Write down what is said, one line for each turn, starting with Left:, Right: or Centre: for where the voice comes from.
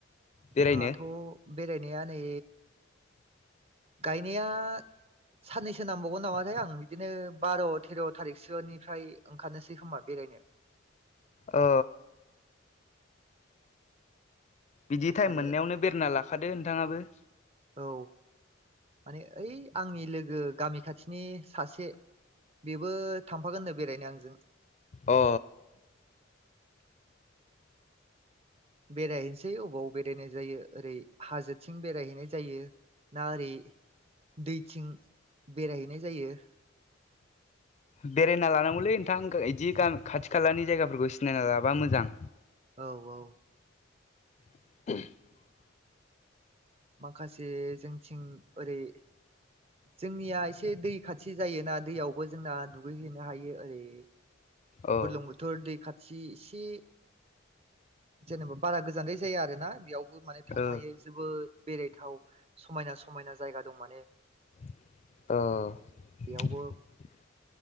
Left: बेरायनो
Right: आंहाथ' बेरायनाया नै गायनाया साननैसो नांबावगोन नामाथाय आं बिदिनो बार' तेर' थारिखसोनिफ्राय ओंखारनोसै खोमा बेरायनो <inaudible>
Left: ओ बिदि टाइम
Right: आरो
Left: मोननायावनो बेरायना लाखादो नोंथाङाबो
Right: औ माने ओइ आंनि लोगो गामि खाथिनि सासे बेबो थांफागोननो बेरायनो आंजों
Left: अ
Right: बेरायहैनोसै अबाव बेरायनाय जायो ओरै हाजोथिं बेरायहैनाय जायो ना ओरै दैथिं बेरायहैनाय जायो
Left: बेरायना लानांगौलै नोंथां इदि गामि खाथि खालानि जायगाफोरखौ सिनायना लाबा मोजां
Right: औ औ ।
Left: <unintelligible>
Right: माखासे जोंथिं ओरै जोंनिया इसे दै खाथि जायोना दैयावबो जोंना दुगै हैनो हायो ओरै
Left: अ ओ
Right: बुर्लुंबुथुर दै खाथि इसे जेनेबा बारा गोजा जानद्राय जाया आरोना बेयावबो माने थांनो
Left: अ
Right: हायो जोबोद जेरै थाव समायना समायना जायगा दं माने
Left: <inaudible> औ
Right: बेयावबो